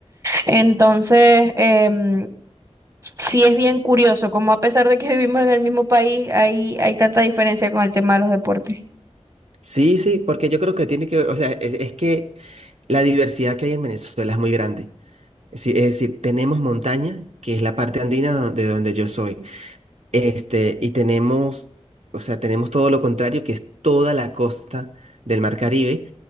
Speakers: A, on the right; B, on the right.
A: Entonces, em, sí es bien curioso, como a pesar de que vivimos en el mismo país, hay, hay tanta diferencia con el tema de los deportes.
B: Sí, sí, porque yo creo que tiene que, o sea, es, es que la diversidad que hay en Venezuela es muy grande. Sí, es decir, tenemos montaña, que es la parte andina do- de donde yo soy. Este, y tenemos, o sea, tenemos todo lo contrario, que es toda la costa del Mar Caribe,